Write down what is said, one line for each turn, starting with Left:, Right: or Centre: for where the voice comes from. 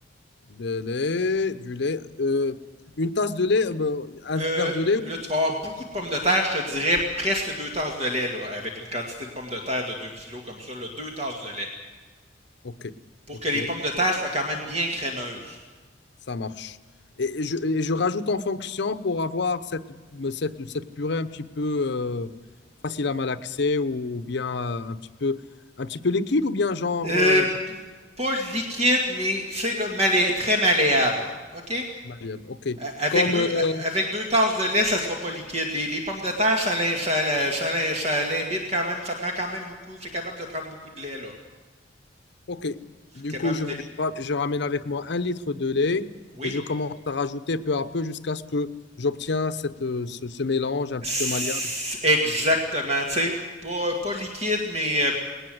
Left: de lait, du lait. Euh, une tasse de lait, euh, ben, un
Right: Euh,
Left: verre de lait.
Right: là, tu vas avoir beaucoup de pommes de terre, je te dirais presque deux tasses de lait, là, avec une quantité de pommes de terre de 2 kilos comme ça, là, deux tasses de lait,
Left: Ok,
Right: pour
Left: ok.
Right: que les pommes de terre soient quand même bien crémeuses.
Left: Ça marche. Et, et je, et je rajoute en fonction pour avoir cette, cette, cette purée un petit peu euh, facile à malaxer ou, ou bien euh, un petit peu, un petit peu liquide ou bien genre,
Right: Euh,
Left: euh,
Right: p-
Left: genre
Right: pas liquide, mais tu sais, là, malé- très malléable. OK? Euh,
Left: malléable. OK.
Right: Avec
Left: Comme,
Right: deux,
Left: euh,
Right: euh, avec deux tasses de lait, ça sera pas liquide. Les, les pommes de terre, ça, l'im- ça, l'im- ça, l'im- ça l'imbibe quand même, ça prend quand même beaucoup, c'est capable de prendre beaucoup de lait, là.
Left: OK.
Right: C'est
Left: Du
Right: capable
Left: coup, je,
Right: de...
Left: je- ra- je ramène avec moi un litre de lait
Right: Oui.
Left: et je commence à rajouter peu à peu jusqu'à ce que j'obtiens cette, euh, ce, ce mélange un
Right: C'est-
Left: petit peu malléable.
Right: Exactement, tu sais, pas, pas liquide, mais euh,